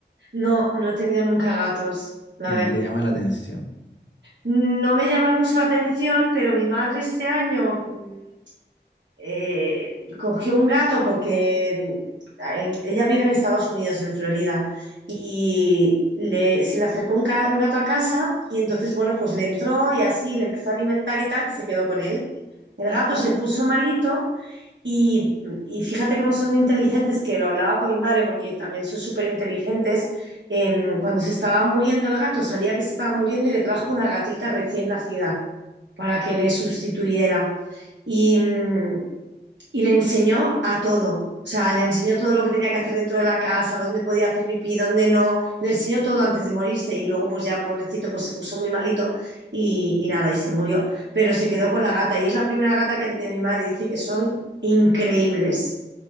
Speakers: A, on the right; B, on the left.
A: No, no he tenido nunca gatos, la
B: y
A: verdad.
B: no te llaman la atención?
A: No me llaman mucho la atención, pero mi madre este año mm, eh, cogió un gato porque en- ella vive en Estados Unidos, en Florida, y le- se le acercó un, ca- un gato a casa y entonces, bueno, pues le entró y así le empezó a alimentar y tal y se quedó con él. El gato se puso malito y, y fíjate cómo son de inteligentes, que lo hablaba con mi madre porque también son súper inteligentes. cuando se estaba muriendo el gato, sabía que se estaba muriendo y le trajo una gatita recién nacida para que le sustituyera. Y, mm, y le enseñó a todo. O sea, le enseñó todo lo que tenía que hacer dentro de la casa, dónde podía hacer pipí, dónde no. Le enseñó todo antes de morirse y luego, pues ya pobrecito, pues se puso muy malito y, y nada, y se murió. Pero se quedó con la gata y es la primera gata que ha tenido mi madre. Dice que son increíbles.